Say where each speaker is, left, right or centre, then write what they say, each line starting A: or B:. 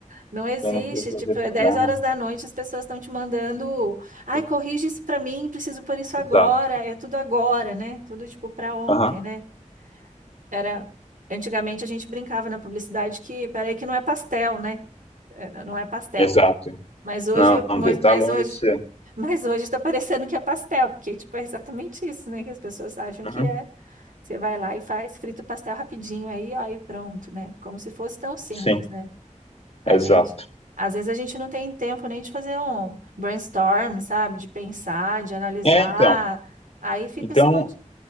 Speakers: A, on the right (about 80°); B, on the left (about 50°).
A: Não existe,
B: Tendo que resolver
A: tipo, é
B: problema.
A: 10 horas da noite, as pessoas estão te mandando, ai,
B: Sim.
A: corrige isso pra mim, preciso por isso
B: Exato.
A: agora, é tudo agora, né? Tudo tipo pra ontem,
B: Aham,
A: né? Era, antigamente a gente brincava na publicidade que, peraí, que não é pastel, né? É, Não é pastel.
B: exato.
A: Mas hoje,
B: Não, não,
A: mas
B: Dê, tá
A: mas
B: longe
A: hoje,
B: de ser.
A: mas hoje tá parecendo que é pastel, porque tipo é exatamente isso, né? Que as pessoas acham que
B: Uhum,
A: é. Você vai lá e faz, frita o pastel rapidinho aí, ó, e pronto, né? Como se fosse tão simples,
B: Sim,
A: né? A
B: exato.
A: gente, às vezes a gente não tem tempo nem de fazer um brainstorm, sabe? De pensar, de analisar.
B: É, então.
A: Aí fica
B: Então,
A: esse monte.